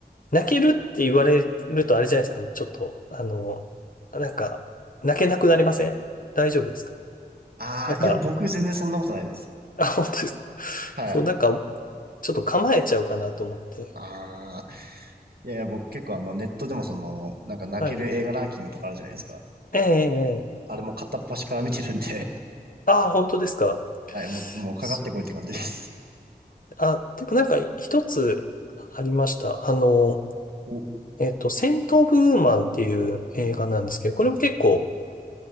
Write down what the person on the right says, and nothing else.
ああ、
いや、僕全然そんなことないです。
はい。
ああ、いやいや、僕結構あのネットでもその、なんか泣ける映画ランキングとかあるじゃないですか。
あれも片っ端から見てるんで。
はい、もう、もうかかってこいって感じです。
お、